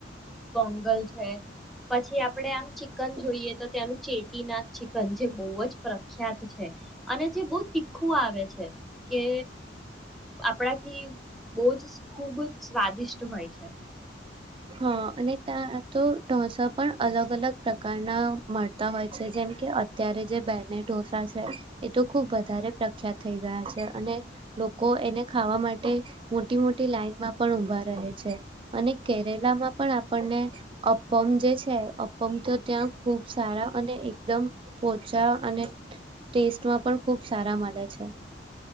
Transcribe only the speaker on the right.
હા અને ત્યાં તો ઢોસા પણ અલગ અલગ પ્રકારના મળતા હોય છે જેમ કે અત્યારે જે બેહેને ઢોસા છે એ તો ખુબ વધારે પ્રખ્યાત થઈ ગયા છે અને લોકો એને ખાવા માટે મોટી મોટી લાઈનમાં પણ ઊભા રહે છે અને કેરેલામાં પણ આપણને અપ્પમ જે છે અપ્પમ તો ત્યાં ખુબ સારા અને એકદમ પોચા અને ટેસ્ટમાં પણ ખુબ સારા મળે છે.